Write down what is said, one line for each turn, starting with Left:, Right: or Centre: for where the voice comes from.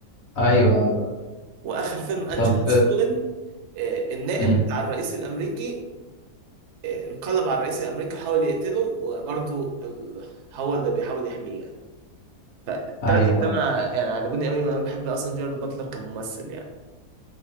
Right: لما-
Left: ايوه ايوه
Right: واخر فيلم انجل
Left: طب
Right: هاز فولن آه، النائب
Left: امم
Right: بتاع الرئيس الامريكي آه، انقلب على الرئيس الامريكي وحاول يقتله وبرضه ال... هو اللي بيحاول يحميه يعني فالتلات
Left: ايوه
Right: افلام ع- يعني عجبوني قوي انا بحب اصلا جيرارد باتلر كممثل يعني